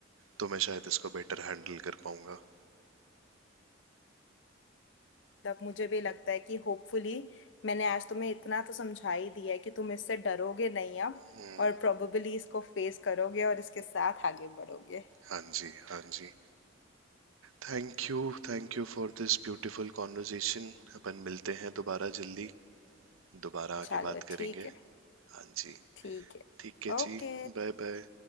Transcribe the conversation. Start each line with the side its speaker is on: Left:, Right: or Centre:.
Right: तो मैं शायद इसको बेटर हैंडल कर पाऊंगा
Left: तब मुझे भी लगता है कि होपफुली मैंने आज तुम्हें इतना तो समझा ही दिया है कि तुम इससे डरोगे नहीं अब
Right: हम्म
Left: और प्रोबेबली इसको फेस करोगे और इसके साथ आगे बढ़ोगे
Right: हाँ जी हाँ जी थैंक यू Thank you for this beautiful conversation अपन मिलते हैं दोबारा जल्दी दोबारा आके
Left: चलो
Right: बात
Left: ठीक
Right: करेंगे
Left: है
Right: हाँ जी
Left: ठीक है
Right: ठीक है
Left: ओके
Right: जी Bye bye